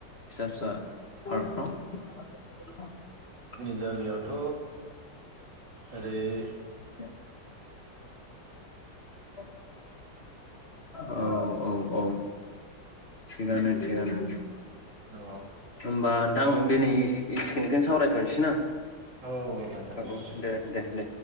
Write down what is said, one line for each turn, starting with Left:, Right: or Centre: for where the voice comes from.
Left: फिसा फिसा फार्कफ्राव
Right: जागायावथ' ओरै
Left: <unintelligible> औ औ औ थिगानो थिगानो
Right: औ
Left: होमबा दा नोंथांं दिनै एस-एसिनिकिनिखौनो सावरायथ'नोसै ना।
Right: औ औ नोथां दे
Left: औ
Right: दे।
Left: दे दे